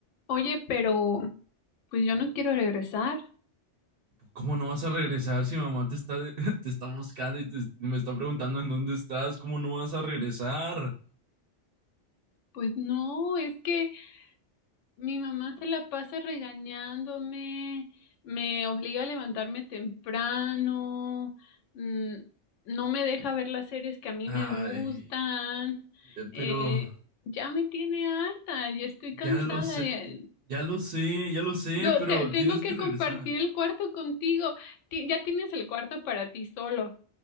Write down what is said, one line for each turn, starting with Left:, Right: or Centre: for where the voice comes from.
Left: Oye, pero pues yo no quiero regresar.
Right: ¿Cómo no vas a regresar si mamá te está, <laughs> te está buscando y te- me está preguntando en dónde estás? ¿Cómo no vas a regresar?
Left: Pues no, es que mi mamá se la pasa regañándome, me obliga a levantarme temprano, mm, no me deja ver las series que a mí
Right: Ay,
Left: me gustan.
Right: eh,
Left: eh,
Right: pero
Left: ya me tiene harta, ya estoy cansada.
Right: ya lo sé,
Left: ya-
Right: ya lo sé, ya lo sé,
Left: Lo-
Right: pero
Left: te- tengo
Right: tienes
Left: que
Right: que regresar.
Left: compartir el cuarto contigo. Ti- ya tienes el cuarto para ti solo.